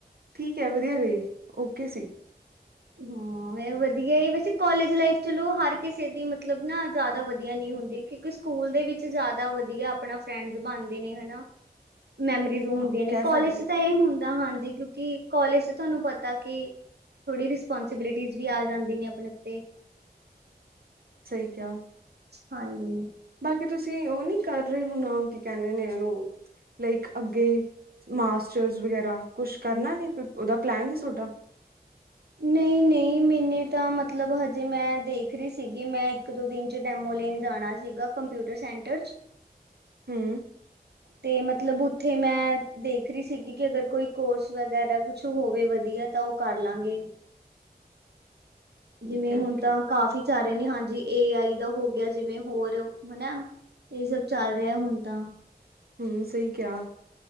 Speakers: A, on the right (about 65°); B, on the right (about 80°).
A: ਠੀਕ ਐ। ਵਧੀਆ ਜ ਜੀ। ਓਕੇ ਸੀ।
B: ਹਾਂ, ਵਧੀਆ ਵੈਸੇ ਕੋਾਲਜ ਲਾਈਫ ਚਲੋ ਹਰ ਕਿਸੇ ਦੀ ਮਤਲਬ ਨਾ ਜ਼ਿਆਦਾ ਵਧੀਆ ਨੀ ਹੁੰਦੀ। ਕਿਉਂਕਿ ਸਕੂਲ ਦੇ ਵਿੱਚ ਜ਼ਿਆਦਾ ਵਧੀਆ ਆਪਣਾ ਫਰੈਂਡ ਬਣਦੇ ਨੇ ਹਨਾ। ਮੈਮਰੀਜ਼ ਹੁੰਦੀਆਂ
A: ਹਾਂ
B: ਨੇ
A: ਕਹਿ ਸਕਦੇ
B: ਕੋਲਜ ਤਾਂ ਇਹ ਹੁੰਦਾ। ਹਾਂਜੀ। ਕਿਉਂਕਿ ਕਾਲਜ ਤੇ ਤੁਹਾਨੂੰ ਪਤਾ ਕਿ ਥੋੜ੍ਹੀ ਰਿਸਪੋਂਸੀਬਿਲਿਟੀਜ਼ ਵੀ ਆ ਜਾਂਦੀ ਨੇ ਆਪਣੇ ਉੱਤੇ।
A: ਸਹੀ ਕਿਹਾ।
B: ਹਾਂਜੀ।
A: ਬਾਕੀ ਤੁਸੀਂ ਤੁਸੀਂ ਉਹ ਨਹੀਂ ਕਰ ਰਹੇ ਹੁਣ ਔ ਕੀ ਕਹਿੰਦੇ ਨੇ ਓਨੂੰ ਲਾਈਕ ਅੱਗੇ ਮਾਸਟਰਸ ਵਗੈਰਾ, ਕੁਛ ਕਰਨਾ ਨੀ ਕੋ ਉਹ ਓਦਾ ਪਲੈਨ ਨੀ ਤੁਹਾਡਾ
B: ਨਹੀਂ, ਨਹੀਂ। ਮੈਨੇ ਤਾਂ ਮਤਲਬ ਹਜੇ ਮੈਂ ਦੇਖ ਰਹੀ ਸੀਗੀ। ਮੈਂ ਇੱਕ ਦੋ ਦਿਨ 'ਚ ਡੈਮੋ ਲੈਨ ਜਾਣਾ ਸੀਗਾ ਕੰਪਿਊਟਰ ਸੈਂਟਰ 'ਚ।
A: ਹੂੰ।
B: ਤੇ ਮਤਲਬ ਉੱਥੇ ਮੈਂ ਦੇਖ ਰਹੀ ਸੀਗੀ ਕਿ ਅਗਰ ਕੋਈ ਕੋਰਸ ਵਗੈਰਾ ਕੁਛ ਹੋਵੇ ਵਧੀਆ ਤਾਂ ਉਹ ਕਰ ਲਾਂਗੇ।
A: ਠੀਕ
B: ਜਿਵੇਂ
A: ਹੈ
B: ਹੁਣ
A: ਓਕੇ
B: ਤਾਂ ਕਾਫੀ ਸਾਰੇ ਨੇ, ਹਾਂਜੀ। ਏ ਆਈ ਦਾ ਹੋ ਗਿਆ ਜਿਵੇਂ ਹੋਰ ਹਨਾ ਇਹ ਸਭ ਚੱਲ ਰਿਹਾ ਹੁਣ ਤਾਂ।
A: ਹੂੰ। ਸਹੀ ਕਿਆ।